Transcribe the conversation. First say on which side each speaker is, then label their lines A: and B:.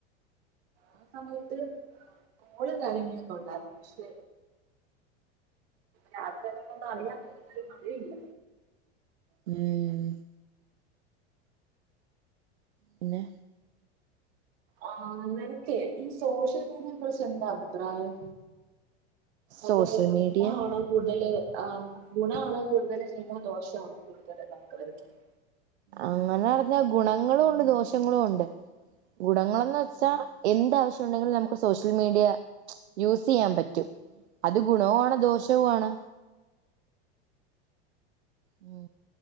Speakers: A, on the right; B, on the right.
A: ആ സമയത്ത് <inaudible> കാര്യങ്ങളൊക്കെ ഉണ്ടായിരുന്നു പക്ഷെ രാത്രിയക്കന്നകൊണ്ട് അറിയാൻ മേലെ, പക്ഷെ മഴയില്ല
B: ഉം പിന്നെ
A: ആ നിനക്കേ ഈ സോഷ്യൽ മീഡിയയെ കുറച്ച് എന്താ അഭിപ്രായം
B: സോഷ്യൽ
A: അത് ഗുണ
B: മീഡിയ
A: ആണോ കൂടുതല് ആ ഗുണമാണോ കൂടുതല് ദോഷമാണോ കൂടുതൽ നമുക്ക് വരുത്തുന്നത്
B: അങ്ങനെ പറഞ്ഞാ ഗുണങ്ങളും ഉണ്ട് ദോഷങ്ങളും ഉണ്ട് ഗുണങ്ങളന്ന് വെച്ചാ എന്താവശ്യം ഉണ്ടെങ്കിലും നമുക്ക് സോഷ്യൽ മീഡിയ യൂസ് ചെയ്യാൻ പറ്റും അത് ഗുണവുമാണ് ദോഷവുമാണ് ഉം